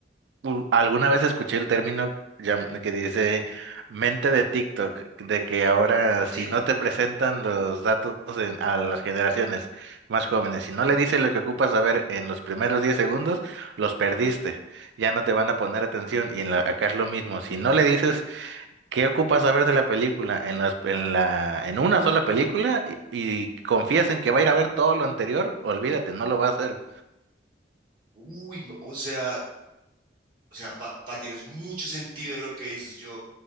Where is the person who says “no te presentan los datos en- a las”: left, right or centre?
Right